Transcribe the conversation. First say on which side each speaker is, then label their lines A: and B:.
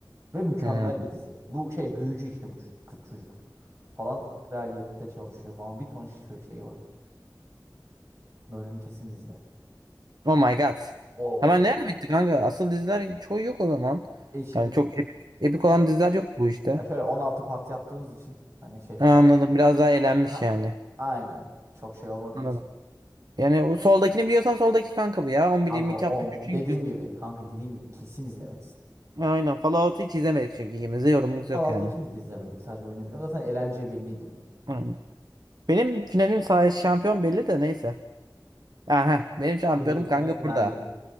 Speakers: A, on the right (about 40°); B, on the right (about 65°).
A: Ve mükemmel
B: Hı.
A: bir dizi. Bu şey büyücü işte bu çocuk- kız çocuk. Falan kraliyette çalışıyor falan. Bir ton şey, şey var. Merlin kesin izle.
B: Oh my god.
A: Oo.
B: Hemen
A: man.
B: nerede bitti kanka? Asıl diziler çoğu yok o zaman.
A: E işin,
B: Yani çok epik, epik
A: için
B: olan diziler yok bu işte.
A: ya şöyle 16 parti yaptığımız için hani şey.
B: Ha, anladım. Biraz daha eğlenmiş
A: Ha,
B: yani.
A: aynen. Çok şey olmadığı
B: Anladım.
A: için.
B: Yani o soldakini biliyorsan soldaki kanka bu ya. 11-22
A: Kanka o dediğim
B: çünkü.
A: gibi kanka dediğim gibi kesin izlemelisin.
B: Aynen. Fallout'u hiç izlemedik çünkü ikimiz de yorumumuz
A: Fallout'u
B: yok yani.
A: ikimiz de izlemedik. Sadece oyunu biliyorum. Zaten eğlence belliydi bunun.
B: Aynen. Benim finalim sayesinde şampiyon belli de neyse. Aha benim şampiyonum
A: Breaking
B: kanka
A: Bad, Merlin.
B: burada.